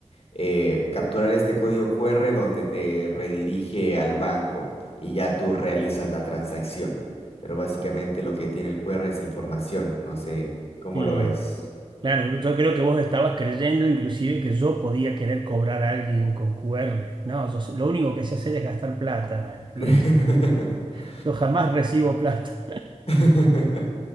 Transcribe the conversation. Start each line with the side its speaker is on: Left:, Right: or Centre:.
Left: eh, capturar este código QR donde te redirige al banco y ya tú realizas la transacción. Pero básicamente lo que tiene el QR es información, no sé cómo
Right: y
Left: lo ves.
Right: claro, yo creo que vos estabas creyendo inclusive que yo podía querer cobrar a alguien con QR. No, yo sé- lo único que sé hacer es gastar plata, Luis.
Left: <laughs>
Right: Yo jamás recibo plata.
Left: <laughs>